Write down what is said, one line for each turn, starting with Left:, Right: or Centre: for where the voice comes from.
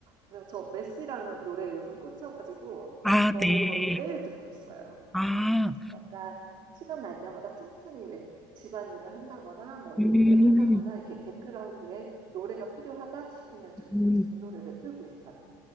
Right: 그래서 저 메시라는 노래에 요즘 꽂혀 가지고
Centre: 아,
Right: 그거를
Centre: 네.
Right: 거의 매일 듣고 있어요.
Centre: 아.
Right: 약간 시간 날 때마다 틈틈이 왜 집안일을 한다거나 뭐
Centre: 음.
Right: 요리를 한다거나 이렇게 백그라운드에 노래가 필요하다 싶으면 저는
Centre: 음.
Right: 요즘 이 노래를 틀고 있어요.